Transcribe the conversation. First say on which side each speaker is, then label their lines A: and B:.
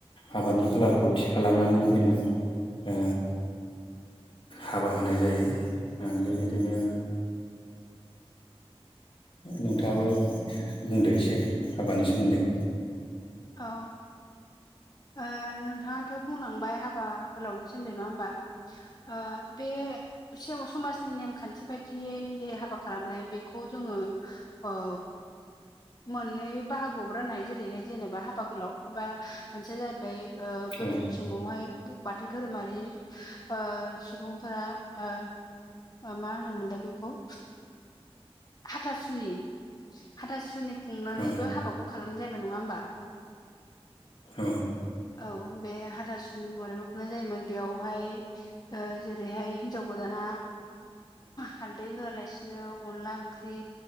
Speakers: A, on the left; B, on the left.
A: आबादनि खालारखौ थि खालामनानै जोङो। ओ हाबा होनाय जायो ओ बेबायदिनो। नोंथाङाबो बुंदो एसे हाबानि सोमोन्दै।
B: औ ओ नोंथाङाथ'। बुंलांबाय हाबा गोलावनि सोमोन्दै नङा होमबा। ओ बे समाजनि नेम। खान्थि बायदियै जे हाबा खालामनाय बेखौ जोङो औ। मोननै बाहागोआव राननाय जेरैहाय जेनेबा हाबा गोलाव एबा मोनसेया जाहैबाय। ओ गोदोनि
A: औ
B: समावहाय। बाथौ धोरोमारि ओ सुबुंफोरा ओ। मा होनोमोनलाय बेखौ। हाथासुनि हाथासुनि खुंनानैबो
A: औ
B: हाबा। खौ खालाम जायामोन नङा होमबा।
A: औ।
B: औ बे हाथासुनि महरैबो खुंनाय जायोमोन बेयावहाय। ओ जेरैहाय हिनजाव गोदाना हालदै होआलासिनो। बिदिनो अनला ओंख्रि